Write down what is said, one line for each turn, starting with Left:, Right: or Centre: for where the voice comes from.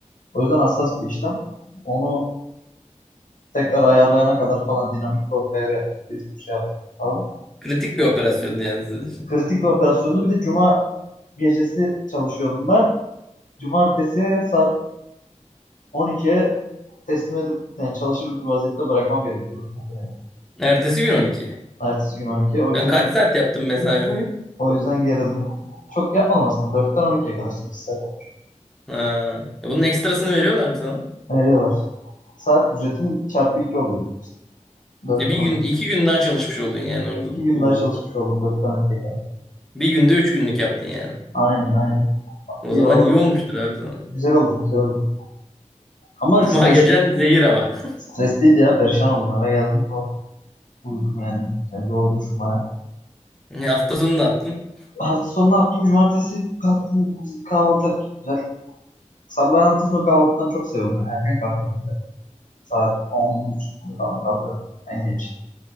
Left: O yüzden hassas bir işlem. Onu tekrar ayarlayana kadar falan dinamik bir ortaya yaptık. Bir sürü şey yaptık falan.
Centre: Kritik bir operasyon yani sizin için.
Left: Kritik bir operasyondu. Bir de cuma gecesi çalışıyordum ben. Cumartesi saat 12'ye teslim edip yani çalışır bir vaziyette bırakmam gerekiyordu Yani.
Centre: Ertesi gün on iki
Left: Ertesi gün 12. O yüzden
Centre: Sen kaç
Left: çok
Centre: saat yaptın mesai boyu?
Left: o yüzden gerildim. Çok yapmadım aslında. 4'ten 12'ye kadar 8 saat yapmış.
Centre: Ha. E bunun ekstrasını veriyorlar mı sana?
Left: Veriyorlar. Saat ücretim çarpı 2 oluyordu işte. 4'ten
Centre: E bir gün iki gün daha çalışmış oldun yani orada
Left: 2 gün
Centre: bulundun.
Left: daha çalışmış oldum 4'ten 12'ye kadar.
Centre: Bir günde üç günlük yaptın yani.
Left: Aynen aynen.
Centre: O
Left: İyi
Centre: zaman
Left: olarak
Centre: iyi olmuştur abi sana.
Left: güzel oldu güzel oldu. Ama
Centre: Cuma
Left: stres
Centre: gecen zehir ama. <laughs>
Left: Stresliydi ya perişan oldum eve geldim zor uyudum yani. Yani yorulmuşum baya.
Centre: E hafta sonu ne yaptın?
Left: Hafta sonu ne yaptım? Cumartesi kalktım kahvaltı yaptık güzel. Sabah ben hafta sonu kahvaltıdan çok seviyorum. Yani Erken kalkarım bir de. Saat 10 falan kalkarım en geç.